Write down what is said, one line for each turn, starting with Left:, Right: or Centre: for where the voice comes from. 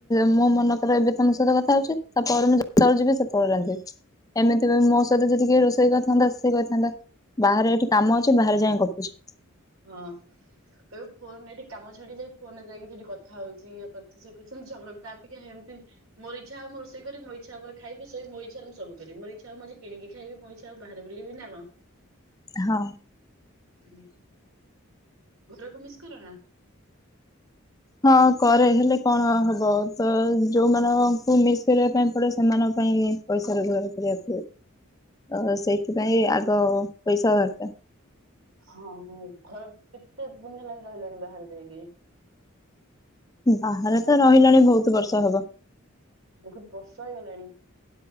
Left: ମୋ ମନଥରେ ଏବେ ତମ ସହିତ କଥା ହଉଛି ତାପରେ ମୁଁ ଯେତେବେଳେ ଯିବି ସେତେବେଳେ ରାନ୍ଧିବି। ଏମିତି ବି ମୋ ସହିତ ରୋଷେଇ କରିଥାନ୍ତା ସେ କହିଥାନ୍ତା ବାହାରେ ଏଠି କାମ ଅଛି ବାହାରେ ଯାଇ କରୁଛି।
Right: ହଁ। ତବେ ଫୋନ ରେ ଏଠି କାମ ଛାଡି ଯାଇ ଫୋନ ରେ ଯାଇକ ସେଠି କଥା ହଉ ଇଏ କରିଛି ସେଛନ୍ତି ଝଗଡ଼ ତା ଅପେକ୍ଷା ଏମିତି ମରିଚଛା ଆ ମୁଁ ରୋଷେଇ କରି ମଇ ଛ ଆର ଖାଇବିଇ ା ମୁଁ ସବୁି ମରି ଛ ଆ ମୁ ଆଜି କିଣି ଖାଇବି ମ ଆଉ ବାହାରେ ବୁଲିବି ନା କଣ?
Left: ହଁ।
Right: ହୁଁ। ଘରକୁ ମିସ୍ କର ନା।
Left: ହଁ କରେ ହେଲେ କଣ ହବ ତ ଯୋଉମାନଙ୍କୁ ମିସ୍ କରିବା ପାଇଁ ପଡେ ସେମାନଙ୍କ ପାଇଁ ପଇସା ରୋଜଗାର କରିବାକୁ ସେଇଥିପାଇଁ ଆଗ ପଇସା ଦରକାର।
Right: ହଁ ଘର କେତେ ଦିନ ହେଲାଣିି ରହିଲାଣି ବାହାରେ ଯାଇକି।
Left: ବାହାରେ
Right: ଦି ତିନି
Left: ତ
Right: ବର୍ଷ
Left: ରହିଲାଣି
Right: ହେଲାଣି
Left: ବହୁତ ବର୍ଷ ହବ।
Right: ବହୁତ ବର୍ଷ ହେଇଗଲାଣି।